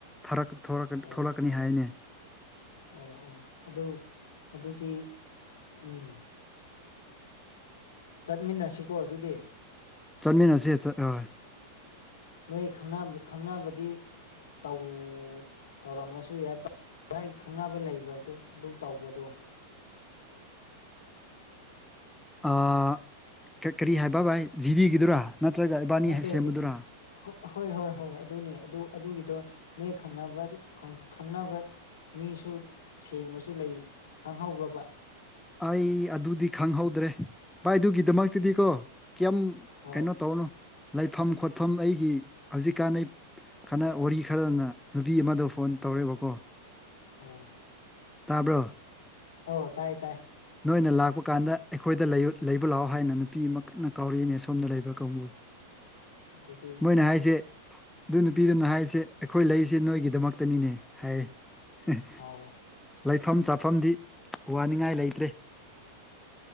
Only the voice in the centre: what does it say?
ꯊꯣꯔꯛ ꯊꯣꯛꯂꯛ
ꯊꯣꯛꯂꯛꯀꯅꯤ ꯍꯥꯏꯅꯦ
ꯆꯠꯃꯤꯟꯅꯁꯦ ꯆꯠ ꯍꯣꯏ
ꯑꯥ ꯀꯔꯤ ꯍꯥꯏꯕ ꯚꯥꯏ ꯖꯤꯗꯤꯒꯤꯗꯨꯔꯥ ꯅꯠꯇ꯭ꯔꯒ ꯏꯕꯥꯅꯤ
ꯁꯦꯝꯕꯗꯨꯔꯥ
ꯑꯩ ꯑꯗꯨꯗꯤ ꯈꯪꯍꯧꯗ꯭ꯔꯦ ꯚꯥꯏꯗꯨꯒꯤꯗꯤ ꯗꯨꯃꯛꯇꯤꯗꯤꯀꯣ
ꯀꯌꯥꯝ
ꯀꯩꯅꯣ ꯇꯧꯔꯨꯅꯣ ꯂꯩꯐꯝ ꯈꯣꯠꯐꯝ ꯑꯩꯒꯤ ꯍꯧꯖꯤꯛꯀꯥꯟ ꯑꯩ ꯈꯅ ꯋꯥꯔꯤ ꯈꯔꯅ ꯅꯨꯄꯤ ꯑꯃꯗꯣ ꯐꯣꯟ ꯇꯧꯔꯦꯕꯀꯣ
ꯇꯥꯕ꯭ꯔꯣ
ꯅꯣꯏꯅ ꯂꯥꯛꯄ ꯀꯥꯟꯗ ꯑꯩꯈꯣꯏꯗ ꯂꯩꯕ ꯂꯥꯛꯑꯣ ꯍꯥꯏꯅ ꯅꯨꯄꯤ ꯑꯃ ꯀꯟꯅ ꯀꯥꯎꯔꯛꯏꯅꯦ ꯁꯣꯝꯗ ꯂꯩꯕ ꯀꯥꯡꯕꯨ
ꯃꯣꯏꯅ ꯍꯥꯏꯁꯦ ꯑꯗꯨ ꯅꯨꯄꯤꯗꯨꯅ ꯍꯥꯏꯔꯤꯁꯦ ꯑꯩꯈꯣꯏ ꯂꯩꯔꯤꯁꯦ ꯅꯣꯏꯒꯤꯗꯃꯛꯇꯅꯤꯅꯦ ꯍꯥꯏꯌꯦ ꯎꯝ
ꯂꯩꯐꯝ ꯆꯥꯐꯝꯗꯤ ꯋꯥꯅꯤꯡꯉꯥꯏ ꯂꯩ ꯇ꯭ꯔꯦ